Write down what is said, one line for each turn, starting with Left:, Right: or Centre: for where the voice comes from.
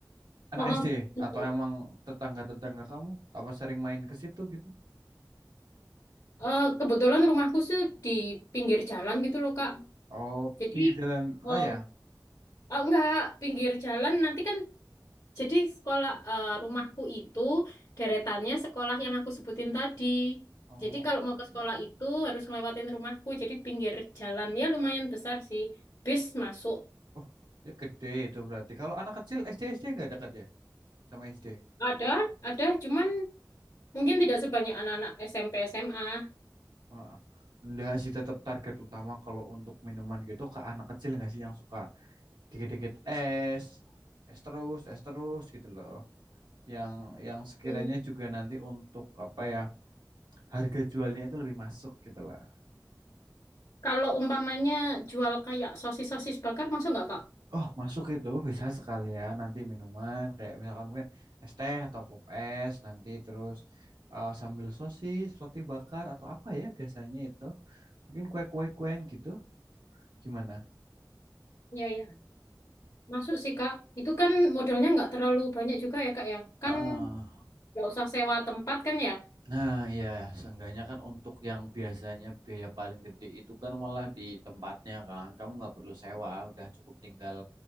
Right: Anak
Left: Oh,
Right: SD
Left: oh.
Right: atau emang tetangga-tetangga kamu apa sering main ke situ gitu?
Left: Eh, kebetulan rumahku tuh di pinggir jalan gitu loh, Kak.
Right: Oh,
Left: Jadi,
Right: pinggir jalan
Left: eh,
Right: raya.
Left: oh, enggak, pinggir jalan nanti kan Jadi sekolah eh, rumahku itu deretannya sekolah yang aku sebutin tadi.
Right: Oh,
Left: Jadi kalau mau ke sekolah itu harus ngelewatin rumahku. Jadi pinggir jalannya lumayan besar sih. Bis masuk.
Right: oh, ya gede itu berarti. Kalau anak kecil SD SD nggak dekat ya sama SD?
Left: Ada, ada, cuman mungkin tidak sebanyak anak-anak SMP SMA.
Right: Ah, enggak sih, tetap target utama kalau untuk minuman gitu ke anak kecil nggak sih yang suka dikit-dikit es, es terus, es terus gitu loh. Yang yang sekiranya
Left: Hmm.
Right: juga nanti untuk apa ya, harga jualnya itu lebih masuk gitu lah.
Left: Kalau umpamanya jual kayak sosis-sosis bakar, masuk nggak Kak?
Right: Oh, masuk itu bisa sekalian nanti minuman kayak misalkan mungkin es teh atau pop es nanti terus eh, sambil sosis, roti bakar atau apa ya biasanya itu. Mungkin kue-kue-kuen gitu. Gimana?
Left: Ya, ya. Masuk sih Kak. Itu kan modalnya nggak terlalu banyak juga ya Kak ya. Kan
Right: Heeh.
Left: nggak usah sewa tempat kan ya.
Right: Nah, iya, seenggaknya kan untuk yang biasanya biaya paling gede itu kan malah di tempatnya kan. Kamu nggak perlu sewa, udah cukup tinggal